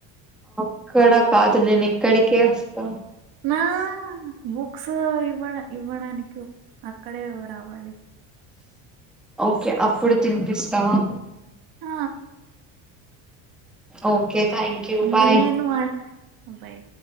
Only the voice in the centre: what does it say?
ఇక్కడ కాదు నేను ఇక్కడికే వస్తా
ఓకే అప్పుడు తినిపిస్తావా
ఓకే థ్యాంక్ యూ బాయ్